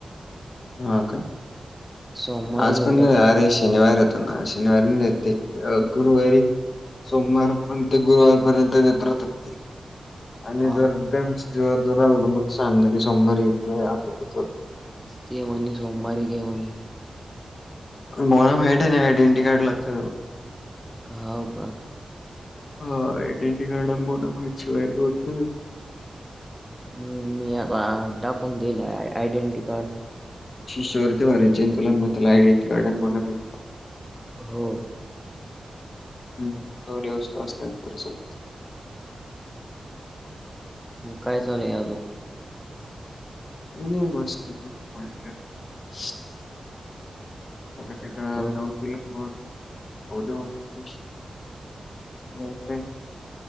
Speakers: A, on the left; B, in the centre.
A: हा का
B: सोमवारीच
A: आज
B: भेटेल
A: पण आरे
B: का.
A: शनिवार होत ना शनिवारी नाही ते गुरुवारी सोमवार पण ते गुरुवारपर्यंत देत राहतात ते. आणि
B: हा
A: जर त्याच जीवावर जर राहिलो मग सांग की सोमवारी अस तस
B: ते म्हणी सोमवारी घे म्हणे.
A: बोनाफाईट नाही आयडेंटी कार्ड लागत.
B: हाव का?
A: हा आयडेंटी कार्ड आण बोनाफाईड शिवाय होत नाही.
B: मी आता टाकून दिला आय आयडेंटी कार्ड.
A: शिष्यवृत्ती भरायची न तुला म त्याला आयडेंटी कार्ड आण बोनाफाईड
B: हो.
A: हम् दोन्ही वस्तू असल्यानंतरच होत ते.
B: काय
A: काही
B: चालुयें आजून?
A: मी मस्त <unintelligible> ठका
B: हो
A: ठीका
B: का
A: लाऊ तुला फोन? <unintelligible> गर्लफ्रेंड